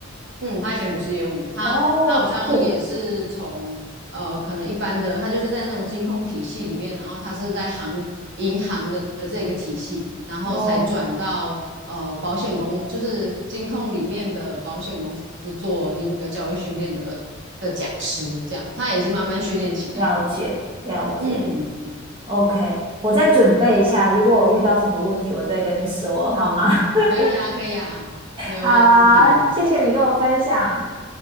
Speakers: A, on the right; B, on the right.
A: 嗯，他以前不是业务，他他好像也是从呃，
B: 哦，酷
A: 可能一般的，他就是在那种金控体系里面，然后他是在行银行的这个体系，然后才转到呃保险公，
B: 哦，
A: 就是金控里面的保险公司做一那个教育训练的的讲师，这样他也是慢慢训练起来的。
B: 了解了解。
A: 嗯，
B: OK，我再准备一下，如果我遇到什么问题，我再跟你说，好吗？<laughs>
A: 可以啊，可以啊，没有问题。
B: 好啊，谢谢你跟我分享，